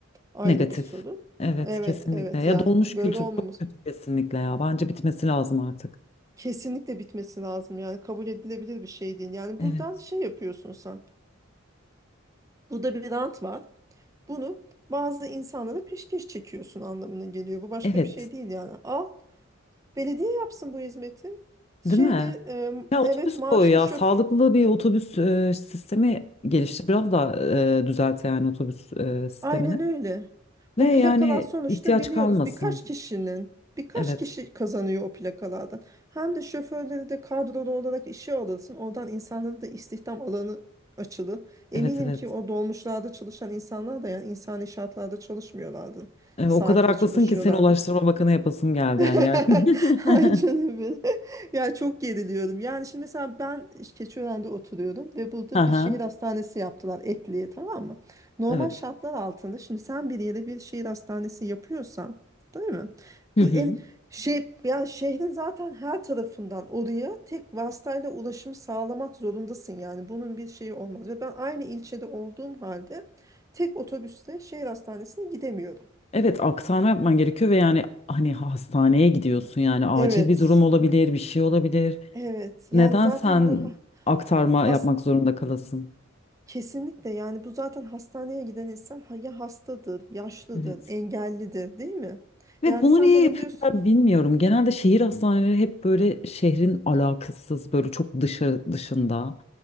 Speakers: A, on the right; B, on the left.
A: ayrı
B: Negatif.
A: bir sorun.
B: Evet
A: Evet,
B: kesinlikle.
A: evet
B: Ya
A: yani
B: dolmuş
A: böyle
B: kültür
A: olmamız
B: çok kötü kesinlikle ya. Bence bitmesi lazım artık.
A: kesinlikle bitmesi lazım. Yani kabul edilebilir bir şey değil. Yani
B: Evet.
A: buradan şey yapıyorsun sen. Burada bir rant var. Bunu bazı insanlara peşkeş çekiyorsun anlamına geliyor. Bu başka
B: Evet.
A: bir şey değil yani. Al, belediye yapsın bu hizmeti. Şeyde
B: Değil mi?
A: e,
B: Ya otobüs
A: evet maaşlı
B: koy ya.
A: şoför.
B: Sağlıklı bir otobüs e, sistemi geliştir. Biraz da e, düzelt yani otobüs e, sistemini.
A: Aynen öyle.
B: Ve
A: O plakalar
B: yani
A: sonuçta
B: ihtiyaç
A: biliyoruz
B: kalmasın.
A: birkaç kişinin birkaç
B: Evet.
A: kişi kazanıyor o plakalardan. Hem de şoförleri de kadrolu olarak işe alırsın. Oradan insanların da istihdam alanı açılır. Eminim
B: Evet evet.
A: ki o dolmuşlarda çalışan insanlar da yani insani şartlarda çalışmıyorlardı.
B: E,
A: Saatle
B: o kadar haklısın
A: çalışıyorlardı
B: ki seni Ulaştırma Bakanı yapasım geldi
A: <laughs>
B: yani gerçekten.
A: Ay canım
B: <laughs>
A: benim. <laughs> Ya çok geriliyorum. Yani şimdi mesela ben Keçiören'de oturuyordum ve burada
B: Aha,
A: bir şehir hastanesi yaptılar Etli'ye tamam mı? Normal
B: evet.
A: şartlar altında şimdi sen bir yere bir şehir hastanesi yapıyorsan değil mi?
B: Hı hı.
A: Bu en şey ya şehrin zaten her tarafından oraya tek vasıtayla ulaşım sağlamak zorundasın yani bunun bir şeyi olmaz ve ben aynı ilçede olduğum halde tek otobüsle şehir hastanesine gidemiyorum.
B: Evet aktarma yapman gerekiyor ve yani hani hastaneye gidiyorsun yani acil
A: Evet.
B: bir durum olabilir, bir şey olabilir.
A: Evet yani
B: Neden
A: zaten
B: sen
A: bu ha-
B: aktarma
A: has
B: yapmak zorunda kalasın?
A: kesinlikle yani bu zaten hastaneye giden insan ha- ya hastadır, yaşlıdır,
B: Evet.
A: engellidir değil mi?
B: Evet
A: Yani
B: bunu
A: sen
B: niye
A: bana
B: yapıyorlar
A: diyorsun
B: bilmiyorum. Genelde şehir hastaneleri hep böyle şehrin alakasız böyle çok dışı dışında,